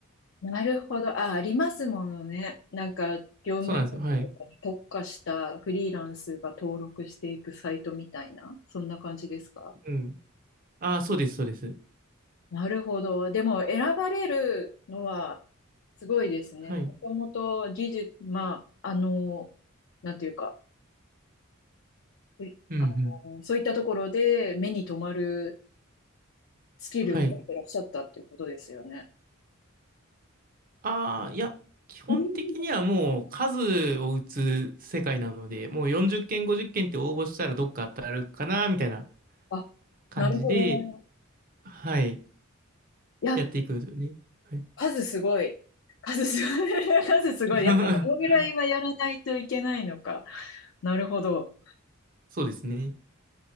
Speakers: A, on the left; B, on the right.
A: なるほど。あ、ありますものね。なんか、業務委託とかに特化したフリーランスが登録していくサイトみたいな、
B: そうなんですよ。はい。
A: そんな感じですか
B: うん。ああ、そうです、そうです。
A: なるほど。でも、選ばれるのはすごいですね。
B: はい。
A: もともと技術、まあ、あの、なんていうか、えあの、
B: うん、うん。
A: そういったところで目に留まるスキルを持ってらっしゃったっていうことですよね。
B: はい。ああ、いや、基本的にはもう数を打つ世界なので、
A: うん
B: もう40件、50件っけんって応募したらどっか当たるかな、みたいな
A: あ、
B: 感じで、
A: なるほどねい
B: はい。
A: や、
B: やっていくんですよね。はい。
A: 数すごい。数すごい。<laughs> 数すごい。
B: <laughs>
A: やっぱこのぐらいはやらないといけないのか。なるほど。
B: そうですね。